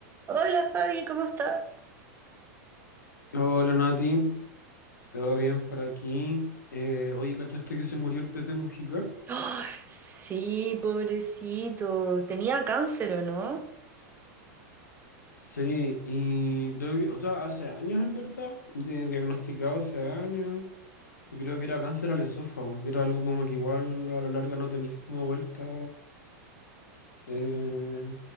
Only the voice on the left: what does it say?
Hola Nati, ¿todo bien por aquí? Eh, oye, ¿cachaste que se murió el Pepe Mujica?
Sí, y creo que, o sea, hace años en verdad, de- diagnosticado hace años, y creo que era cáncer al esófago, que era algo como que igual a la larga no tenéis como vuelta, eh,